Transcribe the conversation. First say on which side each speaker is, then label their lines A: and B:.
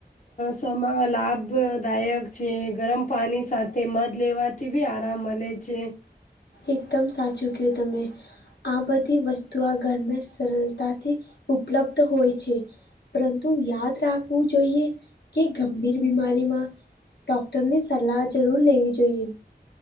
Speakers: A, on the left; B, on the left.
A: સમા લાભદાયક છે ગરમ પાણી સાથે મધ લેવા થી બી આરામ મળે છે
B: એકદમ સાચું કયું તમે આ બધી વસ્તુ આ ઘરમે સરળતાથી ઉપલબ્ધ હોય છે પરંતુ યાદ રાખવું જોઈએ કે ગંભીર બીમારીમાં ડોક્ટરની સલાહ જરૂર લેવી જોઈએ